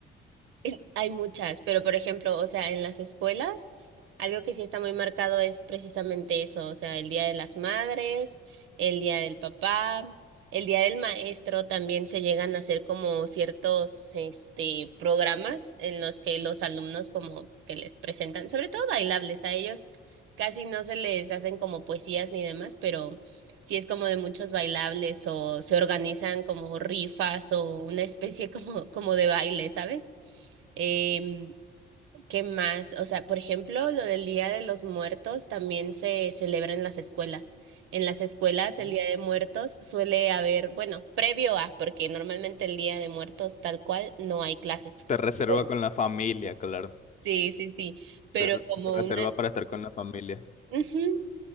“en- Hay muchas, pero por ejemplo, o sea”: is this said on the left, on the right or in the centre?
Right